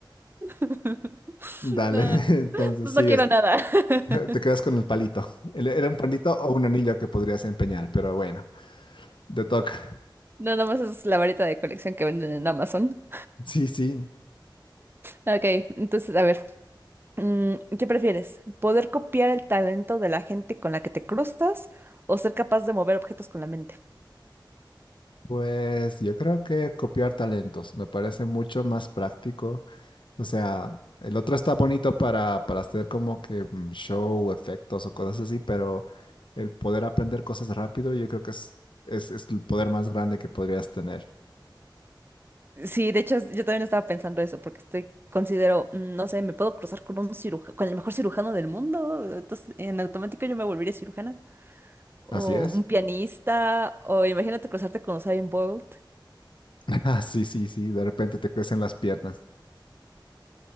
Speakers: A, on the right; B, on the left.
A: <laughs>
B: Dale,
A: No,
B: <laughs> entonces
A: pues
B: sí,
A: no quiero
B: es-
A: nada. <laughs>
B: <laughs> te quedas con el palito. El- Era un palito o un anillo que podrías empeñar, pero bueno, te toca.
A: No, nada más es la varita de colección que venden en Amazon.
B: Sí, sí.
A: Ok, entonces, a ver. mm, ¿Qué prefieres? ¿Poder copiar el talento de la gente con la que te cruzas o ser capaz de mover objetos con la mente?
B: Pues yo creo que copiar talentos me parece mucho más práctico. O sea, el otro está bonito para, para hacer como que mm, show, efectos o cosas así, pero el poder aprender cosas rápido, yo creo que es, es, es el poder más grande que podrías tener.
A: Sí, de hecho, yo también estaba pensando eso, porque estoy, considero, mm, no sé, me puedo cruzar con un cirujano, con el mejor cirujano del mundo, entonces en automático yo me volvería cirujana. O
B: Así es.
A: un pianista, o imagínate cruzarte con Usain Bolt.
B: <laughs> Ah, sí, sí, sí. De repente te crecen las piernas.